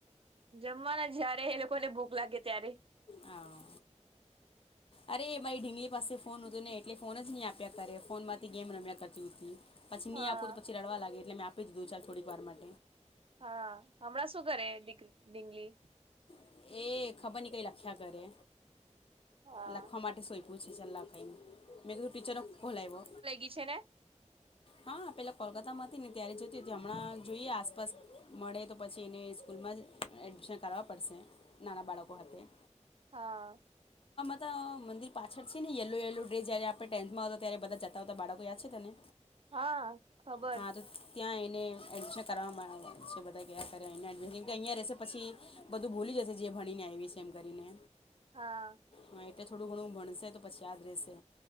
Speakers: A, on the right; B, on the left.
A: જમવાના જયારે એ લોકોને ભૂખ લાગે ત્યારે.
B: હા અરે મારી ઢીંગલી પાસે ફોન હતું, ને એટલે ફોન જ નહી આપ્યા કરે ફોન માંથી ગેમ રમ્યા કરતી હતી. પછી ન
A: હા
B: આપું પછી રડવા લાગે એટલે મે આપીધું ચાલ થોડીક વારમાં
A: હા હમણાં શું કરરે દીક ડિંગલી.
B: એ ખબર ન કઈ લખ્યા કરે.
A: હા
B: લખવા માટે સોઈ પૂછી છે લખાઈ મેં કધું ટીચર ખોલ આવવો.
A: પી છે, ને
B: હા પેલા કોલકાતામાં હતી ને ત્યારે જતી તી હમણાં જોઈએ આસપાસ મળે તો પછી એને સ્કૂલમાં જ એડમિશન કરવા પડશે નાના બાળકો હતે
A: હા.
B: ત મંદિર પાછળ છે ને યલો યેલો ડે જયારે આપણે ટેન્થમાં હતો ત્યારે બધા જતા હોતા બાળકો યાદ છે તને
A: હા ખબર
B: હા તો ત્યાં એને એડમિશન કરવામાં આવે છે બધા એ કયા કરે કેમ અહિયાં રશે પછી બધું ભૂલી જશે જે ભણીને આવી છે એમ કરીને
A: હા.
B: હા, એટલે થોડું ઘણું ભણશે તો પછી યાદ રહેશે